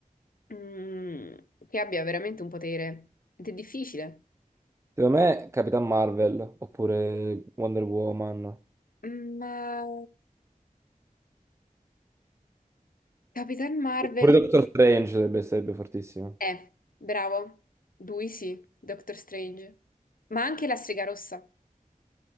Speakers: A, on the left; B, on the right.
A: mm, che abbia veramente un potere. Ed è difficile.
B: Secondo me Capitan Marvel, oppure Wonder Woman,
A: Mm, Ma Capitan Marvel
B: pure Doctor Strange sarebbe, sarebbe fortissimo.
A: Eh, bravo. Lui sì, Doctor Strange. Ma anche la strega rossa.